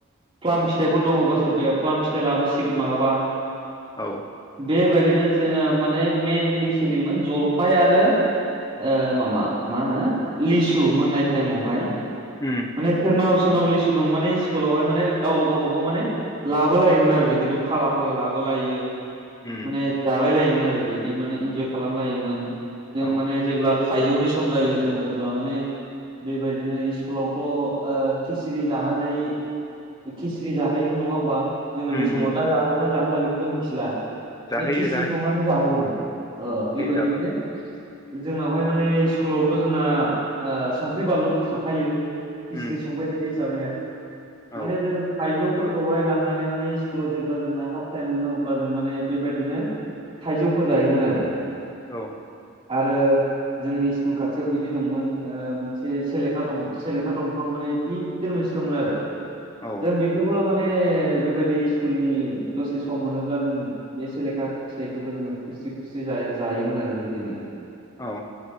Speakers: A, on the right (about 25°); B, on the left (about 15°).
A: प्लाम फिथाइफोर दङबा सोर बे प्लाम फिथाइ लाबोसिगोन मालाबा
B: औ
A: बेबायदिनो जोङो माने मेनलि सोलियोमोन जलफाय आरो ओ मामा मा होनो लिसु मोननाय टाइमावहाय
B: उम
A: माने सोरनाव सोरनाव लिसु दं माने स्कुलावहाय माने गाव गावबागाव माने लाबो लायोमोन आरो बिदिनो फाला फाला लाबोलायो
B: उम
A: माने जालायलायोमोन आरो बिदि माने इन्जय खालामलायोमोन जों
B: औ
A: माने जेब्ला थाइजौनि सम जायो जों अब्ला माने बेबायदिनो स्कुलावथ ओ खिस्रिर जाहोनाय खिसि जाहोयोमोन नङा होमबा जोङ उन्द
B: उम
A: समाव
B: उम
A: दा जाहोगोन ना जाहोला बेखौथ' मिथिला
B: जाहैयो
A: थ संनानै जाहोायोमोन बेबायदि
B: दाबो
A: माने जोंनावहाय माने स्कुलावथ' जोंना संख्रि बानलुथ' थाखायो खिस्रि
B: उम
A: संबाय थायो हिसाबैहाय
B: औ
A: माने जोङो थाइजौ फोरखौहाय लांनानै माने स्कुलाव जेब्ला जोंना हाफ टाइम मोनो अब्ला जों माने बेबायदिनो थाइजौफोर जायोमोन आरो
B: औ
A: आरो जोंनि स्कुल खाथियाव बिदि दंमोन मोनसे सेले दं सेलेखा दंफां माने ि स मोनसे दंमोन आरो
B: औ
A: जों बेखौबो माने बेबायदि स्कुलनि दसे सम मोनोब्ला जों बे सेलेखा फिथाइखौबो जनोङो खुसि खुसि ज जायोमोन आरो बिदिनो
B: औ